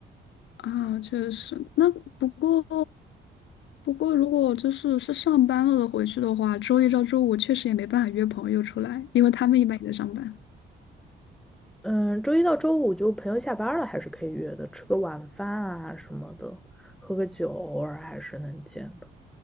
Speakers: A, on the left; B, in the centre.
A: 啊，确实。那不过不过，如果就是是上班了的回去的话，周一到周五确实也没办法约朋友出来，因为他们一般也在上班
B: 嗯，周一到周五就朋友下班了，还是可以约的，吃个晚饭啊什么的，喝个酒，偶尔还是能见的。